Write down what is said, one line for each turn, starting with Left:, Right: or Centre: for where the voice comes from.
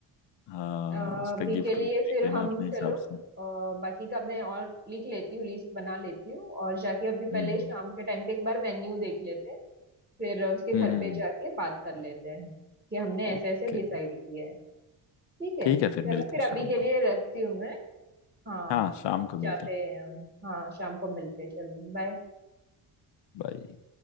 Left: हाँ
Right: अभी
Left: उसका गिफ्ट
Right: के लिए
Left: विफ्ट देख
Right: फिर
Left: लेना
Right: हम
Left: अपने हिसाब
Right: चलो
Left: से
Right: अ, बाकी का मैं और लिख लेती हूँ लिस्ट बना लेती हूँ और जाके अभी पहले
Left: हम्म
Right: शाम के टाइम पे एक बार वेन्यू देख लेते हैं फिर उसके घर
Left: हम्म हम्म,
Right: पे जाके बात कर लेते हैं कि हमने
Left: ओके
Right: ऐसे ऐसे डिसाइड किया है ठीक है
Left: ठीक है फिर
Right: चलो
Left: मिलते
Right: फिर
Left: हैं
Right: अभी
Left: शाम
Right: के लिए
Left: को
Right: रखती हूँ मैं हाँ
Left: हाँ शाम को मिलते
Right: जाते
Left: हैं
Right: हैं हम हाँ शाम को मिलते हैं चलो बाय
Left: बाय